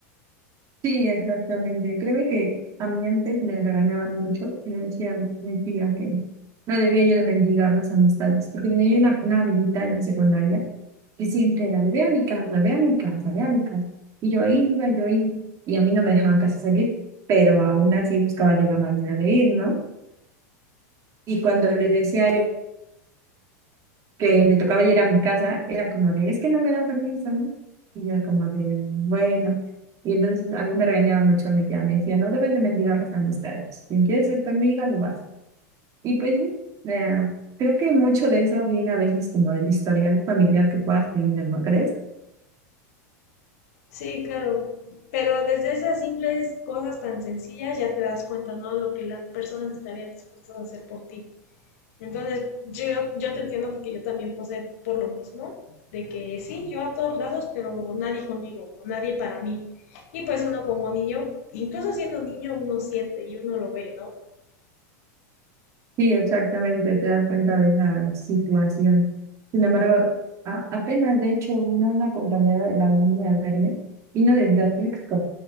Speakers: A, on the right; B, on the left.
A: Sí, exactamente. Créeme que a mí antes me regañaban mucho, me decían, me decían que no debía yo de mendigar las amistades, porque tenía yo una, una amiguita en la secundaria que siempre era de ve a mi casa, ve a mi casa, ve a mi casa. Y yo iba, yo iba, y a mí no me dejaban casi salir, pero aún así buscaba yo la manera de ir, ¿no? Y cuando le decía que le tocaba ir a mi casa, era como de, es que no me dan permiso, ¿no? Y yo era como de, bueno. Y entonces a mí me regañaba mucho mi tía, me decía, no debes de mendigar las amistades. Si quieres ser tu amiga, lo vas. Y pues sí, eh, creo que mucho de eso viene a veces como del historial familiar que puedas tener, ¿no crees?
B: Sí, claro. Pero desde esas simples cosas tan sencillas ya te das cuenta, ¿no? Lo que las personas estarían dispuestas a hacer por ti. Entonces, yo, yo te entiendo porque yo también posé por lo mismo, de que sí, yo a todos lados, pero nadie conmigo, o nadie para mí. Y pues uno como niño, incluso siendo niño, uno siente y uno lo ve, ¿no?
A: Sí, exactamente, te das cuenta de esa situación. Sin embargo, a- apenas de hecho vino una compañera de la uni a verme, vino de Tlaxcala